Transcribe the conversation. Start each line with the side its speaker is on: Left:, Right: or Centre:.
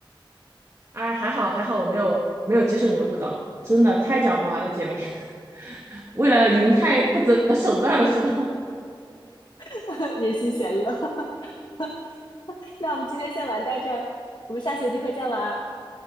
Right: 哎，还好还好，我没有没有接受你的误导，真的太狡猾了，姐妹。<laughs> 为了赢太不择手段了是吗？
Left: <laughs> 人心险恶。<laughs> 那我们今天先玩到这儿，我们下次有机会再玩啊